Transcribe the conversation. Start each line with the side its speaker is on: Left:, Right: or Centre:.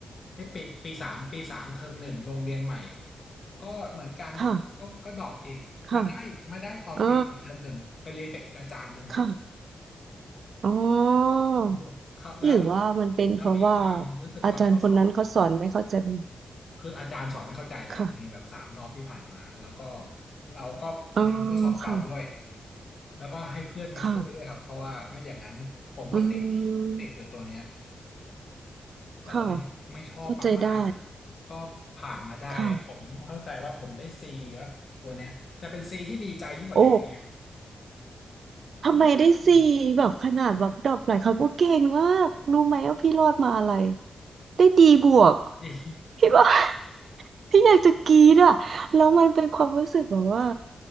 Left: เอ้ยปีปีสามปีสามเทอมหนึ่งลงเรียนใหม่ก็เหมือนกันก็ก็ดรอปอีกมาได้มาได้ตอนปีสี่เทอมหนึ่งไปเรียนกับอีกอาจารย์หนึ่ง
Right: ค่ะค่ะอ่าค่ะอ๋อ
Left: โอ้เขาแล้ว
Right: หรือว่ามันเป็นเพราะว่า
Left: แล้วมีความรู้สึกว่าข้อสอบ
Right: อาจารย์คนนั้นเขาสอนไม่เข้าใจมัน
Left: คืออาจารย์สอนไม่เข้าใจเลยครับในแบบสามรอบที่ผ่านมาแล้วก็
Right: ค่ะ
Left: เราก็ไปทำข้อสอบเก่าด้วย
Right: อ๋อค่ะ
Left: แล้วก็ให้เพื่อนมาช่วยด้วยครับเพราะว่าไม่อย่างนั้นผมก็ติด
Right: ค่ะ อืม
Left: ติดอยู่ตัวเนี้ยก็เลยไม่ชอบมากๆก็ผ่านมาได้ผมเข้าใจว่าผมได้
Right: ค่ะเข้าใจได้ ค่ะ
Left: C มั้งตัวเนี้ยแต่เป็น C ที่ดีใจยิ่งกว่าได้
Right: โอ้
Left: A
Right: ทำไมได้สี่แบบขนาดแบบดรอปหลายครั้งโอ้เก่งมาก
Left: ยิ่งกว่าได้
Right: รู้ไหมว่าพี่รอดมาอะไร ได้ดีบวก
Left: A
Right: พี่บอก <laughs> พี่อยากจะกรี๊ดอ่ะแล้วมันเป็นความรู้สึกแบบว่า